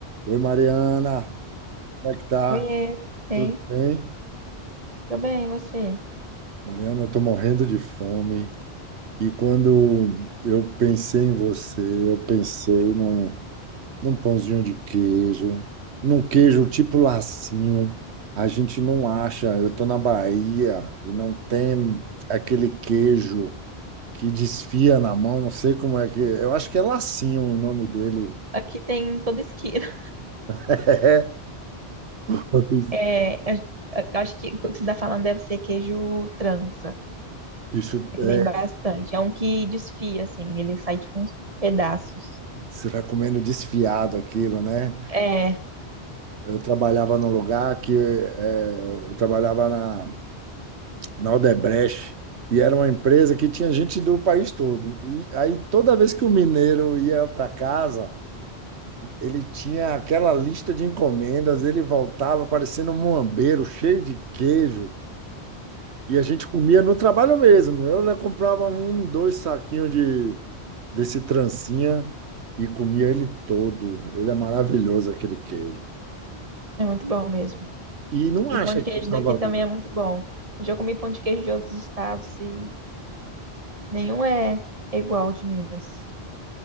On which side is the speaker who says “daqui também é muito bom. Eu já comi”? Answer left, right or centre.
Right